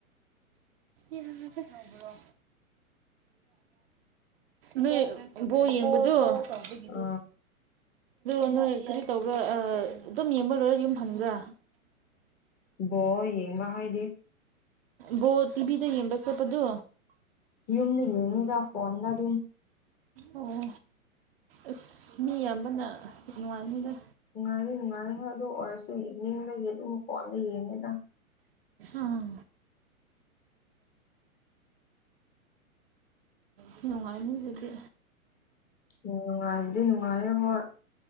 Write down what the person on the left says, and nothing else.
ꯑ
ꯕꯣꯜ ꯌꯦꯡꯕ ꯍꯥꯏꯗꯤ
ꯌꯨꯝꯅ ꯌꯦꯡꯅꯤꯗ ꯐꯣꯟꯗ ꯑꯗꯨꯝ
ꯅꯨꯡꯉꯥꯏꯔꯤ ꯅꯨꯡꯉꯥꯏꯔꯤ ꯑꯗꯨꯗ ꯑꯣꯏꯔꯁꯨ ꯏꯅꯤꯡꯕꯒꯤ ꯑꯗꯨ ꯐꯣꯟꯗ ꯌꯦꯡꯉꯦꯗ
ꯎꯅꯨꯡꯉꯥꯏꯗꯤ ꯅꯨꯡꯉꯥꯏ ꯍ